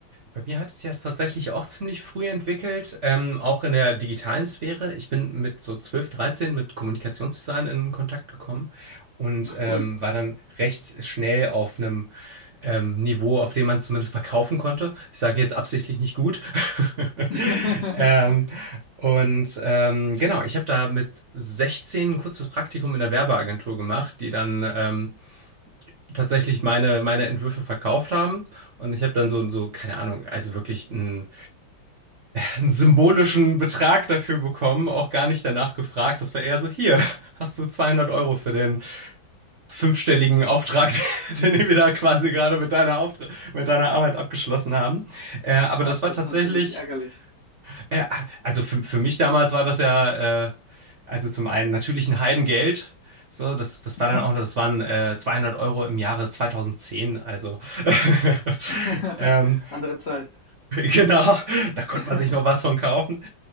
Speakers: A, on the right; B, on the left.
A: Bei mir hat es sich ja tatsächlich auch ziemlich früh entwickelt, ähm, auch in der digitalen Sphäre. Ich bin mit so 12, 13 mit Kommunikationsdesign in Kontakt gekommen und
B: Ach,
A: ähm,
B: cool.
A: war dann recht schnell auf einem ähm, Niveau, auf dem man zumindest verkaufen konnte. Ich sage jetzt absichtlich nicht gut. <laughs>
B: <laughs>
A: Ähm, und ähm, genau, ich habe da mit 16 ein kurzes Praktikum in der Werbeagentur gemacht, die dann ähm, tatsächlich meine, meine Entwürfe verkauft haben. Und ich habe dann so, so, keine Ahnung, also wirklich einen, einen symbolischen Betrag dafür bekommen, auch gar nicht danach gefragt. Das war eher so, hier, hast du 200 Euro für den fünfstelligen Auftrag, <laughs> den wir da quasi gerade mit deiner, Auftra mit deiner Arbeit abgeschlossen haben. Äh,
B: Ah,
A: aber
B: krass,
A: das war
B: das
A: tatsächlich
B: ist natürlich ärgerlich.
A: äh, also für, für mich damals war das ja, äh, also zum einen natürlich ein Heidengeld. So, das, das
B: Mhm.
A: war dann auch noch, das waren äh, 200 Euro im Jahre 2010. Also, <laughs>
B: <laughs>
A: ähm,
B: Andere Zeit.
A: genau, da konnte
B: <laughs>
A: man sich noch was von kaufen.